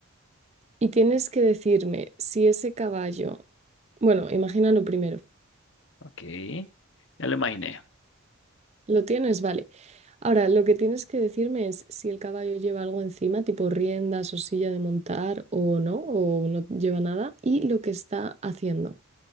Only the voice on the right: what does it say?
Y tienes que decirme si ese caballo, bueno, imagínalo primero.
¿Lo tienes? Vale. Ahora, lo que tienes que decirme es si el caballo lleva algo encima, tipo riendas o silla de montar o no, o no lleva nada, y lo que está haciendo